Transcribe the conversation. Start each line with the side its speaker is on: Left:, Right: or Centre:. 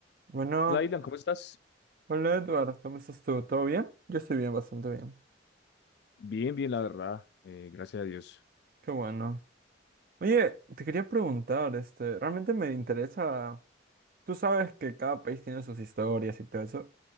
Right: Bueno,
Left: Hola, Dylan, ¿cómo estás?
Right: hola Edward, ¿cómo estás tú? ¿Todo bien? Yo estoy bien, bastante bien.
Left: Bien, bien, la verdad. eh, gracias a Dios.
Right: Qué bueno. Oye, te quería preguntar, este, realmente me interesa, tú sabes que cada país tiene sus historias y todo eso,